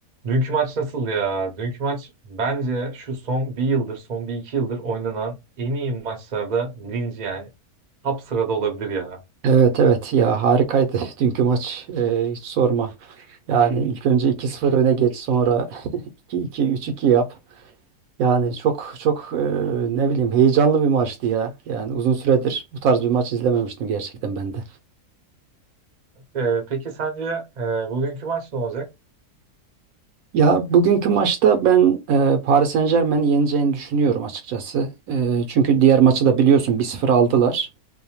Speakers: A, on the right (about 40°); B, on the right (about 70°).
A: Dünkü maç nasıl ya? Dünkü maç bence şu son bir yıldır, son bir iki yıldır oynanan en iyi maçlarda birinci yani top sırada olabilir ya.
B: Evet evet ya harikaydı <laughs> dünkü maç Ee, hiç sorma. Yani ilk önce iki sıfır öne geç sonra <laughs> iki iki üç iki yap. Yani çok çok e, ne bileyim heyecanlı bir maçtı ya. Yani uzun süredir bu tarz bir maç izlememiştim gerçekten ben de.
A: e, peki sence e, bugünkü maç ne olacak?
B: Ya bugünkü maçta ben e, Paris Saint-Germain'i yeneceğini düşünüyorum açıkçası. E, çünkü diğer maçı da biliyorsun bir sıfır aldılar.